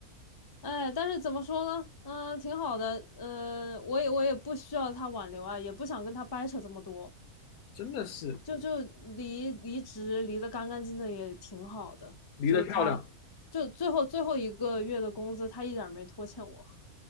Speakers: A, on the left (about 40°); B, on the left (about 80°).
A: 哎，但是怎么说呢？嗯、挺好的。嗯、我也我也不需要他挽留啊，也不想跟他掰扯这么多，
B: 真的是
A: 就就离离职离得干干净净也挺好的。
B: 离得漂亮。
A: 就他，就最后最后一个月的工资，他一点儿没拖欠我，